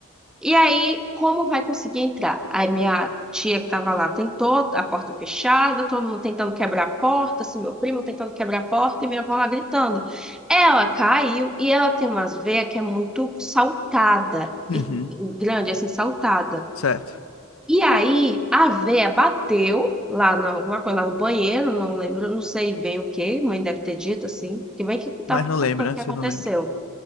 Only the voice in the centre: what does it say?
E aí, como vai conseguir entrar? Aí minha tia que estava lá tentou, a porta fechada, todo mundo tentando quebrar a porta, assim, meu primo tentando quebrar a porta e minha avó lá gritando. Ela caiu e ela tem umas veias que é muito saltada,
e e grande, assim, saltada.
E aí a véia bateu lá na, alguma coisa lá no banheiro, não lembro, não sei bem o que, mãe deve ter dito assim, que bem que tá
contando o
que
aconteceu.